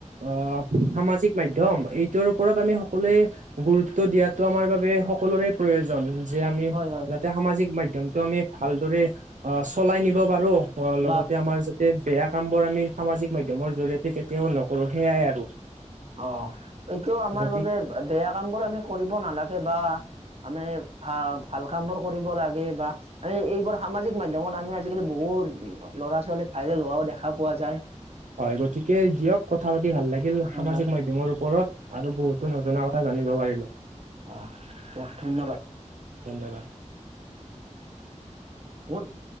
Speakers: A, on the right; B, on the right.
A: অ' সামাজিক মাধ্যম এইটোৰ ওপৰত আমি সকলোৱে গুৰুত্ব দিয়াটো আমাৰ বাবে সকলোৰে প্ৰয়োজন যে আমি
B: হয় হয়
A: যাতে সামাজিক মাধ্যমটো আমি ভালদৰে অ' চলাই নিব পাৰো অ' লগতে
B: বা
A: আমাৰ বেয়া কাম বোৰ আমি সামাজিক মাধ্যমৰ জৰি়য়তে কেতিয়াও নকৰো সেইয়াই আৰু।
B: অ' এইটো আমাৰ
A: গতিকে
B: বাবে বেয়া কাম বোৰ আমি কৰিব নালাগে বা আমি ভাল কাম বোৰ কৰিব লাগে বা মানে এইবোৰ সামাজিক মাধ্যমত আমি আজিকালি বহুত ল'ৰা ছোৱালী ভাইৰেল হোৱাও দেখা পোৱা যায়।
A: হয় গতিকে দিয়ক কথা পাতি ভাল লাগিল
B: হয়
A: সামাজিক
B: হয়।
A: মাধ্যমৰ ওপৰত। আৰু বহুতো নজনা কথা জানিব পাৰিলো।
B: আ দিয়ক ধন্যবাদ।
A: ধন্যবাদ।
B: <unintelligible>